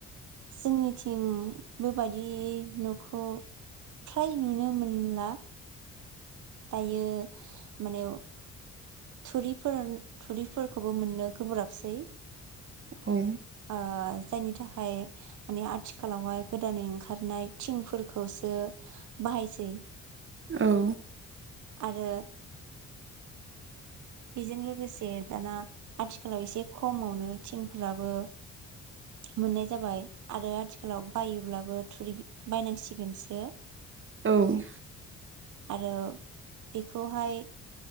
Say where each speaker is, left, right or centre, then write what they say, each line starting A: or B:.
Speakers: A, on the right; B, on the right.
A: जोंनिथिं बेबादि न'खौ फ्राय नुनो मोनला दायो माने थुरिफोर थुरिफोरखौबो मोननो गोब्राबसै।
B: औ
A: ओ जायनि थाखाय माने आथिखालावहाय गोदानै ओंखारनाय थिंफोरखौसो बाहायसै।
B: औ
A: आरो बेजों लोगोसे दाना आथिखालाव एसे खमावनो थिंफोराबो मोननाय जाबाय आरो आथिखालाव बायोब्लाबो थुरि बायनांसिगोनसो।
B: औ
A: आरो बेखौहाय